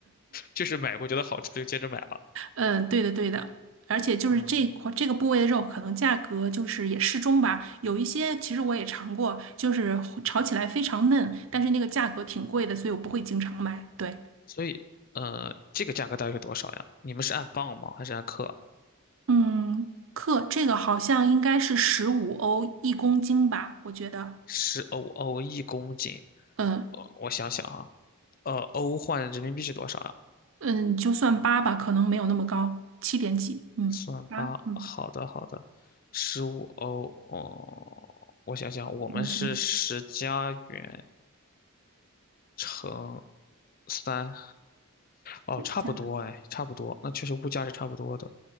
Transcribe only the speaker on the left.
就是买过觉得好吃就接着买了。
啊，
所以，呃，这个价格大约是多少呀？你们是按磅吗？还是按克？
十欧欧一公斤？
呃，我想想啊，呃，欧换人民币是多少啊？
算八，
好的好的，十五欧哦，我想想，
我们是十加元乘三，哦，
差不多哎，
差不多，那确实物价是差不多的。